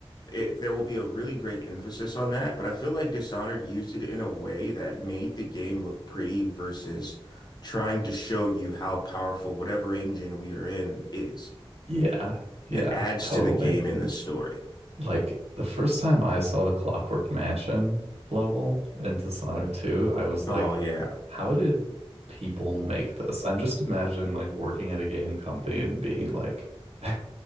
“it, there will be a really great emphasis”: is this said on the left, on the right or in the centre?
Left